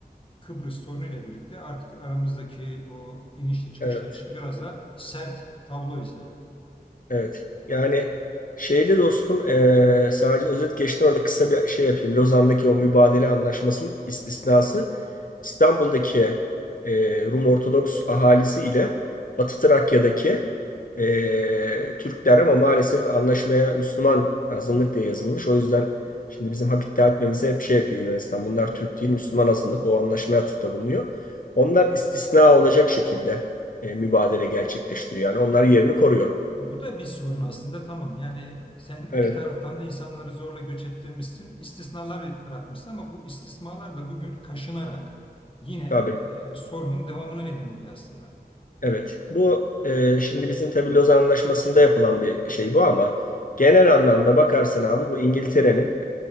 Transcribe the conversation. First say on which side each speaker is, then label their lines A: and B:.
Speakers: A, on the left; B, on the left.
A: Kıbrıs sorunuyla birlikte artık aramızdaki o inişli çıkışlı
B: Evet.
A: ilişki biraz daha sert tablo izliyor.
B: Evet. Yani şeyde dostum eee, sadece özet geçtim orada kısa bir şey yapayım. Lozan'daki o mübadele anlaşmasının istisnası İstanbul'daki eee, Rum Ortodoks ahalisi ile Batı Trakya'daki eee, Türkler ama maalesef anlaşmaya Müslüman azınlık diye yazılmış. O yüzden şimdi bizim hak iddia etmemize hep şey yapıyor Yunanistan. Bunlar Türk değil Müslüman azınlık. O anlaşmaya atıfta bulunuyor. Onlar istisna olacak şekilde eee, mübadele gerçekleştiriyor. Yani onlar yerini koruyor.
A: E bu da bir sorun aslında tamam. Yani sen iki
B: Evet,
A: taraftan da insanları zorla göç ettirmişsin, istisnalar bırakmışsın ama bu istisnalar da bugün kaşınarak yine
B: tabii.
A: e, sorunun devamına neden oluyor aslında.
B: Evet. Bu e, şimdi bizim tabii Lozan Anlaşması'nda yapılan bir şey bu ama genel anlamda bakarsan abi bu İngiltere'nin